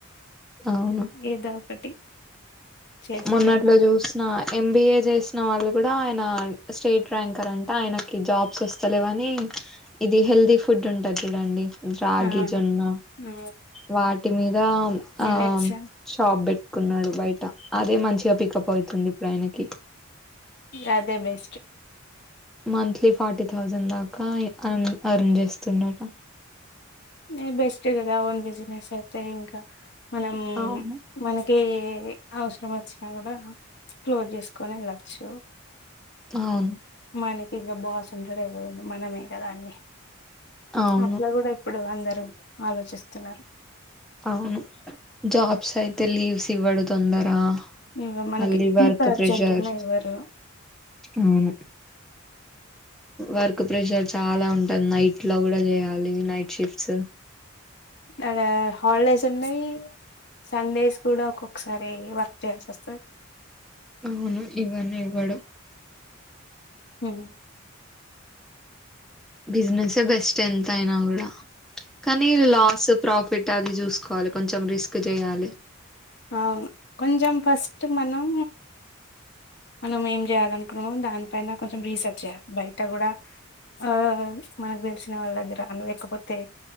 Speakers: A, in the centre; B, on the left (about 55°).
A: అవును
B: ఏదో ఒకటి చేస్తున్నారు
A: మొన్నట్లో చూసిన ఎంబిఏ చేస్త వాళ్ళు కూడా ఆయన స్టేట్ ర్యాంకర్ అంటే ఆయనకి జాబ్స్ వస్తలేవని ఇది హెల్దీ ఫుడ్ ఉంటది చూడండి రాగి
B: ఆ
A: జొన్న
B: ఆ
A: వాటి మీద
B: మిల్లెట్స్
A: ఆ షాప్ పెట్టుకున్నాడు బయట అదే మంచిగా పికప్ అయ్తుంది ఇప్పుడు ఆయనకి
B: అదే బెస్ట్
A: మంత్లీ ఫటీ థౌజండ్ దాకా అరన్ చేస్తున్నాట
B: న బెస్ట్ కదా ఓన్ బిజినెస్ అయితే ఇంకా మనం
A: అవును
B: మనకి కే ఏ అవసరం వచ్చినా కూడా క్లోజ్ చేసుకొని వెళ్ళచ్చు
A: అవును
B: మనకి ఇంకా బాస్ ఉంటాడు ఎవ్వరు మనమే కదా అని
A: అవును
B: అట్లా కూడా అందరూ ఆలోచిస్తున్నారు
A: అవును జాబ్స్ అయితే లీవ్స్ ఇవ్వడు తొందరా
B: ఇ మనకి
A: అలి వర్క్
B: ఇంత అర్జెంట్
A: ప్రెషర్
B: ఉన్న ఎవరు
A: అవును వర్క్ ప్రెషర్ చాలా ఉంటుంది నైట్ లో కూడా చేయాలి నైట్ షిఫ్ట్స్
B: అడ హాలిడేస్ ఉన్నాయి సండేస్ కూడా ఒక్కొక్కసారి వర్క్ చేయాల్సి వస్తుంది
A: అవును ఈవని ఇవడు
B: హ
A: బిజినెస్ బెస్ట్ ఎంత అయినా కూడా కానీ లాస్ ప్రాఫిట్ ట్టది చూసుకోవాలి కొంచెం రిస్క్ చేయాలి
B: అవును కొంచెం ఫస్ట్ మనం మనం ఏం చేయాల అనుకున్నామో దానిపైన కొంచెం రీసెర్చ్ చేయాలి బయట కూడా ఆ మనకు తెలిసిన వాళ్ళ దగ్గర అనలేకపోతే